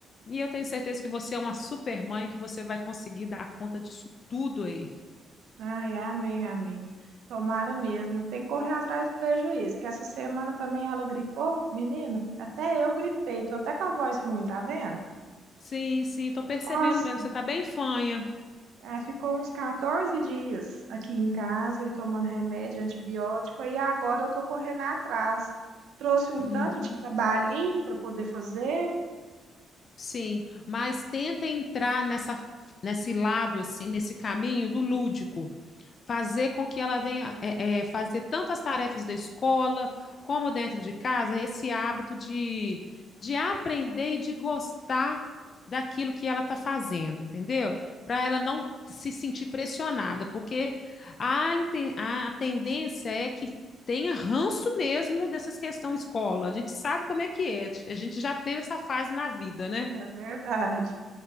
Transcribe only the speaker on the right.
Ai, amém, amiga. Tomara mesmo. Tem que correr atrás do prejuízo, que essa semana também ela gripou, menina. Até eu gripei, tô até com a voz ruim, tá vendo?
Nossa,
Ah, ficou uns 14 dias aqui em casa e tomando remédio, antibiótico, e agora eu tô correndo atrás. Trouxe um
tanto de trabalhinho para poder fazer.
É verdade,